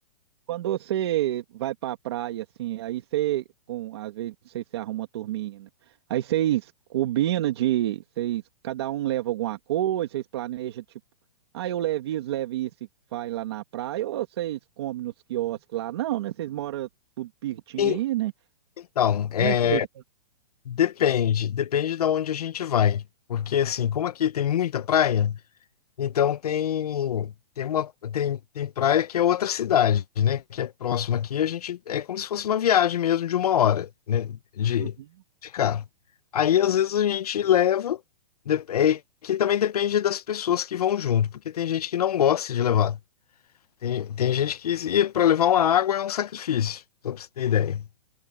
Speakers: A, on the right (about 40°); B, on the left (about 65°).
A: Quando você vai para a praia, assim, aí você, com, às vezes, não se arruma uma turminha, né? Aí vocês combinam de, vocês, cada um leva alguma coisa, vocês planejam, tipo, ah, eu levo isso, levo isso e vai lá na praia, ou vocês comem nos quiosques lá? Não, né? Vocês moram tudo pertinho
B: Sim,
A: aí, né?
B: Então, é,
A: Como é que vocês...
B: depende, depende da onde a gente vai. Porque assim, como aqui tem muita praia, Então tem tem uma tem, tem praia que é outra cidade, né? Que é próxima aqui. A gente é como se fosse uma viagem mesmo de uma hora, né? De,
A: Uhum.
B: de carro. Aí às vezes a gente leva, de- é que também depende das pessoas que vão junto, porque tem gente que não gosta de levar. Tem, tem gente que para levar uma água é um sacrifício, só para você ter ideia.